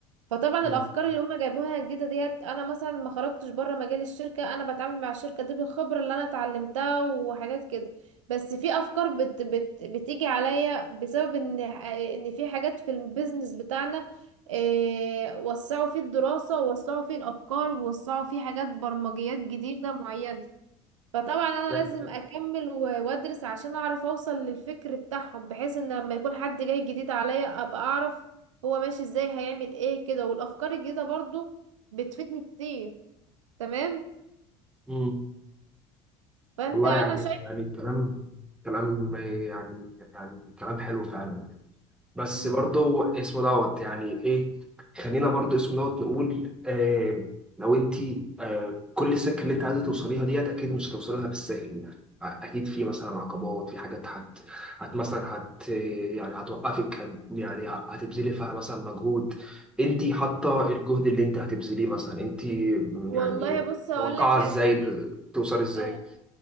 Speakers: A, on the right (about 85°); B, in the centre.
A: فطبعا
B: مم.
A: الافكار اللي هم جايبوها جديده ديت انا مثلا ما خرجتش بره مجال الشركه انا بتعامل مع الشركه دي بالخبره اللي انا اتعلمتها وحاجات كده بس في افكار بت بت بتيجي عليا بسبب ان ان في حاجات في البيزنس بتاعنا إيه وسعوا فيه الدراسه ووسعوا فيه الافكار ووسعوا فيه حاجات برمجيات جديده معينه فطبعا انا
B: تمام.
A: لازم اكمل و- وادرس عشان اعرف اوصل للفكر بتاعهم بحيث ان لما يكون حد جاي جديد عليا ابقى اعرف هو ماشي ازاي هيعمل ايه كده والافكار الجديدة برضو بتفيدني كتير تمام
B: مم.
A: فانت
B: والله
A: انا
B: يعني
A: شايف
B: يعني كلام كلام يعني يعني كلام حلو فعلا بس
A: مم.
B: برضو اسمه دوت يعني ايه خلينا برضو اسمه دوت نقول آه لو انت آه كل السكه اللي انت عايزه توصليها ديت اكيد مش هتوصلها بالساهل يعني اكيد في مثلا عقبات في حاجات هت, هت مثلا هت يعني هتوقفك هت- يعني هتبذلي فيها مثلا مجهود انت حاطه الجهد اللي انت هتبذليه مثلا انت
A: والله
B: يعني
A: بص اقول
B: متوقعه
A: لك
B: ازاي
A: على حاجة
B: توصلي ازاي
A: اه